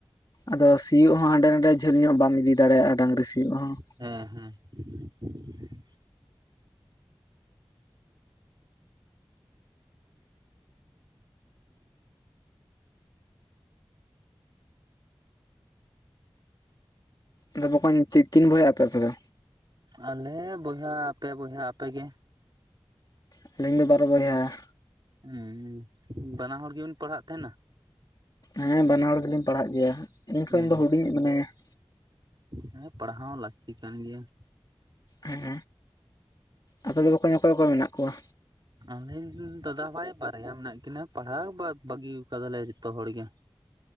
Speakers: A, on the left; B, on the right.
A: ᱟᱫᱚ ᱥᱤᱭᱳᱜ ᱦᱚᱸ ᱦᱟᱸᱰᱮ ᱱᱟᱰᱮ ᱡᱷᱟᱹᱞ ᱧᱚᱜ ᱵᱟᱢ ᱤᱫᱤ ᱫᱟᱲᱮᱭᱟᱜᱼᱟ ᱰᱟᱝᱨᱤ ᱥᱤᱭᱳᱜ ᱦᱚᱸ ᱾
B: ᱦᱮᱸ ᱦᱮᱸ ᱾ <unintelligible>
A: ᱟᱫᱚ ᱵᱚᱠᱚᱧ ᱛᱤᱱ ᱛᱤᱱ ᱵᱳᱭᱦᱟ ᱟᱯᱮ ᱟᱯᱮ ᱫᱚ?
B: ᱟᱞᱮ ᱵᱚᱭᱦᱟ ᱯᱮ ᱵᱚᱭᱦᱟ, ᱟᱯᱮ ᱜᱮ?
A: ᱟ. ᱞᱤᱧ ᱫᱚ ᱵᱟᱨ ᱵᱚᱭᱦᱟ ᱾
B: ᱦᱩᱸ ᱵᱟᱱᱟ ᱦᱚᱲ ᱜᱮᱵᱤᱱ ᱯᱟᱲᱦᱟᱜ ᱛᱟᱦᱮᱱᱟ?
A: ᱦᱮᱸ ᱵᱟᱱᱟ ᱦᱚᱲ ᱜᱮᱞᱤᱧ ᱯᱟᱲᱦᱟᱜ ᱜᱮᱭᱟ ᱤᱧ
B: ᱦᱩᱸ
A: ᱠᱷᱚᱱ ᱫᱚ ᱦᱩᱰᱤᱧᱤ ᱢᱮᱱᱟᱭᱟ ᱾
B: ᱦᱮᱸ ᱯᱟᱲᱦᱟᱣ ᱦᱚᱸ ᱞᱟᱹᱠᱛᱤ ᱠᱟᱱ ᱜᱮᱭᱟ ᱾
A: ᱦᱮᱸ ᱟᱯᱮ ᱫᱚ ᱵᱚᱠᱚᱧ ᱚᱠᱚᱭ ᱚᱠᱚᱭ ᱠᱚ ᱢᱮᱱᱟᱜ ᱠᱚᱣᱟ?
B: ᱟᱹᱞᱤᱧ ᱫᱟᱫᱟ ᱵᱷᱟᱭ ᱵᱟᱨᱭᱟ ᱢᱮᱱᱟᱜ ᱠᱤᱱᱟ ᱯᱟᱲᱦᱟᱣ ᱵᱟ ᱵᱟᱹᱜᱤ ᱠᱟᱫᱟᱞᱮ ᱡᱷᱚᱛᱚ ᱦᱚᱲ ᱜᱮ ᱾